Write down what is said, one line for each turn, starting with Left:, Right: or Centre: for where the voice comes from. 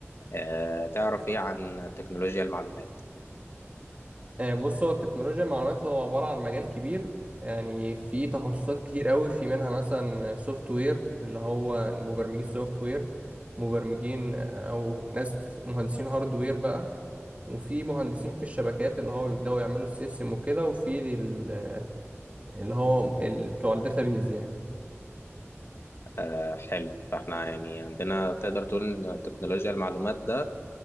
Left: آه، تعرف ايه عن تكنولوجيا المعلومات
Right: آه، بص هو التكنولوجيا المعلومات هو عبارة عن مجال كبير يعني في تخصصات كتير قوي في منها مثلا سوفت وير اللي هو مبرمجين سوفت وير مبرمجين آه، أو ناس مهندسين هاردوير بقى وفي مهندسين في الشبكات اللي هو بيبدأوا يعملوا السيستم وكده وفي ال- اللي هو ال- بتوع الداتابيز يعني
Left: آه، حلو فاحنا يعني عندنا تقدر تقول ان تكنولوجيا المعلومات ده